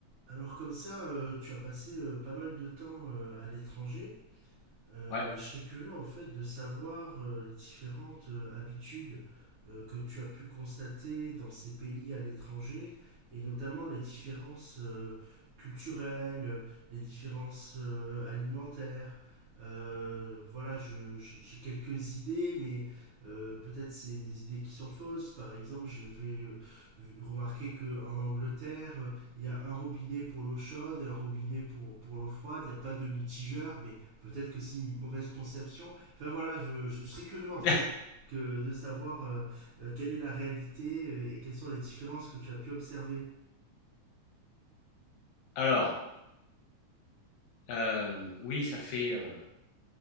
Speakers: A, on the right (about 65°); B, on the left (about 75°).
A: Alors comme ça, euh, tu as passé euh, pas mal de temps euh, à l'étranger. Euh,
B: Ouais.
A: et je serais curieux en fait de savoir euh, les différentes euh, habitudes euh, que tu as pu constater dans ces pays à l'étranger et notamment les différences euh, culturelles, les différences euh, alimentaires. Euh, voilà, je- je- j'ai quelques idées, mais euh, peut-être c'est des idées qui sont fausses. Par exemple, je vais remarquer que en Angleterre, euh, il y a un robinet pour l'eau chaude et un robinet pour, pour l'eau froide. Il n'y a pas de mitigeur, mais Peut-être que c'est une mauvaise conception. Enfin voilà, je, je serais curieux en fait
B: <laughs>
A: que de savoir euh, euh, quelle est la réalité euh, et quelles sont les différences que tu as pu observer.
B: Alors, hem, oui, ça fait, heu,